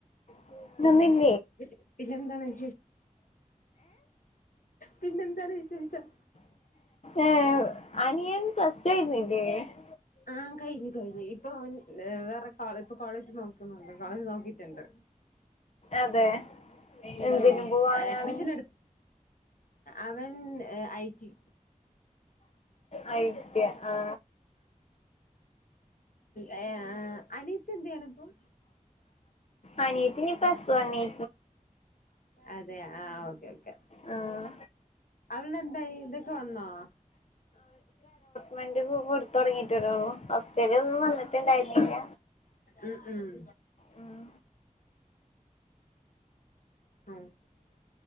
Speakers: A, on the left; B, on the left.
A: <unintelligible>
B: പി പിന്നെന്താണ് വിശേഷം പിന്നെന്താണ് വിശേഷം
A: ആ അനിയൻ.. <unintelligible>
B: ആ കൈഞ്ഞ് കഴിഞ്ഞ് ഇപ്പൊ അവൻ വേറെ കോളേ ഇപ്പൊ കോളേജ് നോക്കുന്നുണ്ട് കോളേജ് നോക്കിട്ടുണ്ട്.
A: അതെ. എന്തിന്
B: ആ
A: പോവാനാണ്
B: അഡ്മിഷൻ എടുത്ത.. അവൻ ഐടി..
A: ആയിട്ട്യാ ആ
B: ആ അനിയത്തി എന്തയ്യണിപ്പം?
A: അനീത്തി പ്ലസ് ഒണിൽ.
B: അതെ ആ ഓക്കെ ഓക്കെ.
A: ആഹ
B: അവൾടെ എന്തായി ഇതൊക്കെ വന്നോ
A: റെന്റൊക്കെ കൊടുത്തൊടങ്ങിട്ടല്ലെയുള്ളു ഹൗസ്... ചിലവൊന്നും വന്നിട്ടുണ്ടായിരുന്നില്ല
B: ഉം ഉം
A: മം
B: <unintelligible>